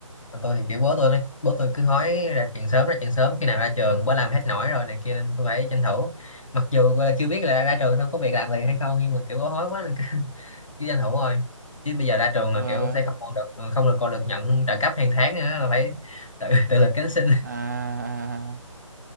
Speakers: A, on the left; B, on the right.
A: còn tôi thì kiểu bố tôi nó bố tôi cứ hói ra chuyện sớm ra chuyện sớm khi nào ra trường bố làm hết nổi rồi này kia nên tôi phải tranh thủ mặc dù gọi là chưa biết là ra trường xong có việc làm liền hay không nhưng mà kiểu bố hói quá nên cứ <laughs> cứ tranh thủ thôi chứ bây giờ ra trường
B: Ờ,
A: là kiểu sẽ không còn được ừ, không được còn được nhận trợ cấp hàng tháng nữa là phải tự <laughs> tự lực cánh sinh
B: à, à, à, à.